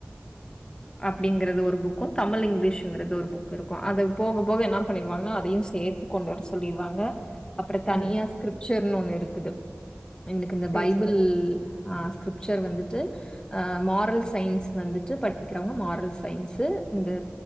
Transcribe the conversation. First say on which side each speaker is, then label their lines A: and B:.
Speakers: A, on the left; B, on the left.
A: அப்டிங்கறது ஒரு புக்கு தமிழ் இங்கிலீஷ்ங்கறது ஒரு புக்குருக்கு அத போக போக என்ன பண்ணிருவாங்கனா அதையு சேத்து கொண்டு வர சொல்லிருவாங்க அப்பறதனியா
B: ம்
A: ஸ்கிரிப்சர்ன்னு ஒண்ணு இருக்குது வ்னுக்கு இந்த
B: செரி
A: பைபிள்
B: செரி
A: ஹ க்கிரிப்சர் வந்துட்டு ஹ மாரல் சயின்ஸ் வந்துட்டு படிக்கிறவங்க மாரல் சயின்ஸு அ